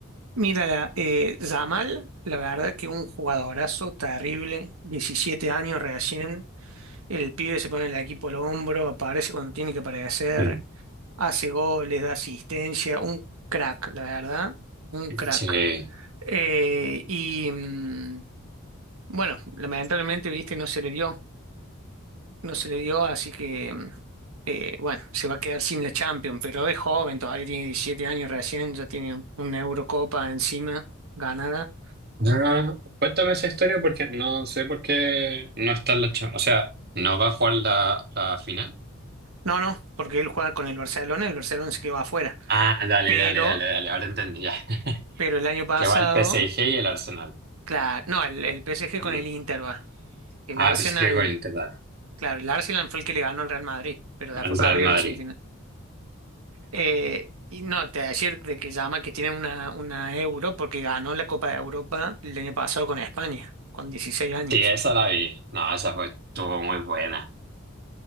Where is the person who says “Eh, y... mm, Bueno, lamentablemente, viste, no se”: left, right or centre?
Right